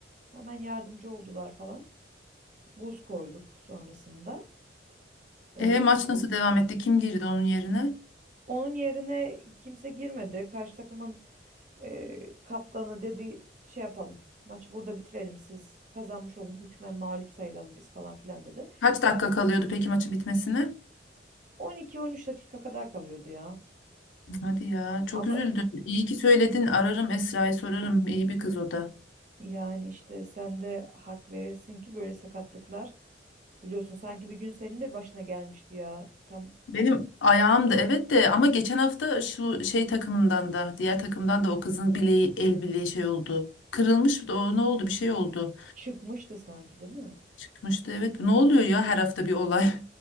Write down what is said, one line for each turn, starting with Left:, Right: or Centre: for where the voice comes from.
Right: Hemen yardımcı oldular falan. Buz koyduk sonrasında. Öyle
Left: E, maç nasıl devam etti? Kim girdi onun yerine?
Right: onun yerine kimse girmedi. Karşı takımın e, kaptanı dedi şey yapalım. Maçı burada bitirelim. Siz kazanmış olun. Hükmen mağlup sayılalım biz falan filan dedi.
Left: Kaç dakika kalıyordu peki maçı bitmesine?
Right: 12-13 dakika kadar kalıyordu ya.
Left: Hadi ya çok
Right: Ama
Left: üzüldüm. İyi ki söyledin. Ararım Esra'yı sorarım. İyi bir kız o da.
Right: Yani işte sen de hak verirsin ki böyle sakatlıklar biliyorsun sanki bir gün senin de başına gelmişti ya. Tam
Left: Benim ayağım da evet de ama geçen hafta şu şey takımından da diğer takımdan da o kızın bileği el bileği şey oldu. Kırılmış da o ne oldu bir şey oldu.
Right: çıkmıştı sanki değil mi?
Left: Çıkmıştı evet. Ne oluyor ya her hafta bir olay. <laughs>